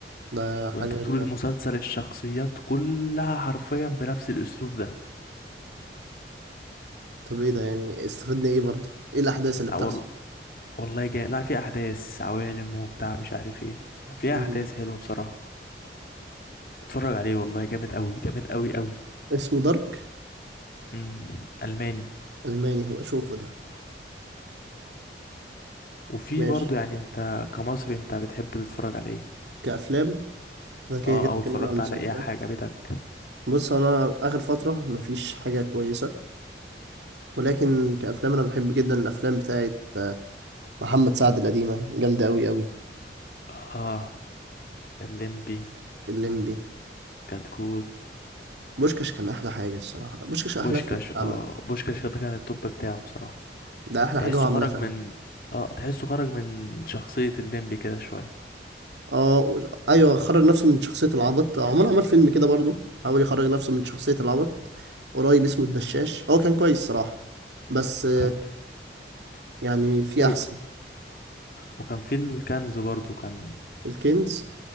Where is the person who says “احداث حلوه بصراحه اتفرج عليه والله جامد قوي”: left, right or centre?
Left